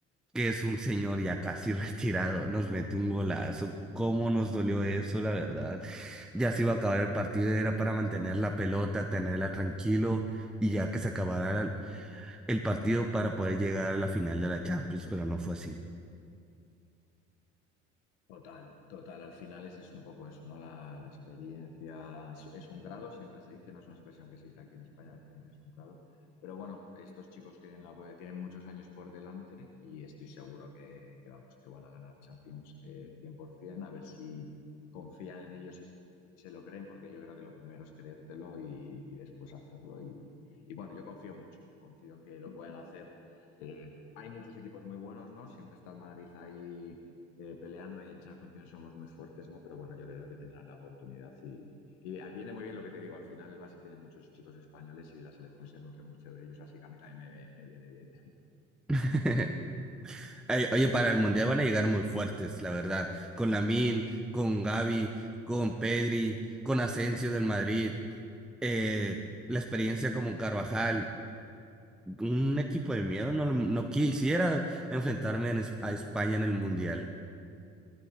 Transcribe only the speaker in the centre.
que es un señor ya casi <laughs> retirado, nos mete un golazo. ¿Cómo nos dolió eso, la verdad? Ya se iba a acabar el partido, era para mantener la pelota, tenerla tranquilo y ya que se acabara el el partido para poder llegar a la final de la Champions, pero no fue así.
<laughs> Ay, Oye, para el Mundial van a llegar muy fuertes, la verdad, con Lamine, con Gavi, con Pedri, con Asensio del Madrid. eh, la experiencia como Carvajal, un equipo de miedo, no, no quisiera enfrentarme en es- a España en el Mundial.